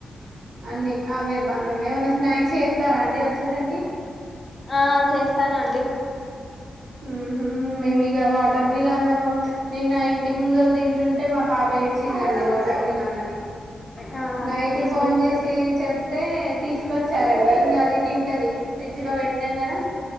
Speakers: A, on the right; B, on the left.
A: అన్ని అవే పనులు ఏమైనా స్నాక్స్ చేస్తారా అండి వచ్చేసరికి
B: ఆ చేస్తానండి
A: హు హ్మ్ మేము ఇగ వాటర్ మిలాన్ నిన్న ఇంటి ముందుళ్ళ తింటుంటే మా పాప ఏడ్చిందండి వాటర్ మిలాన్ అని
B: ఆ
A: నైట్
B: తీసుకొచ్చారు
A: ఫోన్ చేసి
B: మరి
A: చెప్తే తీసుకొచ్చారండి ఇంకా అది తింటది ఫ్రిడ్జ్ లో పెట్టినాం కదా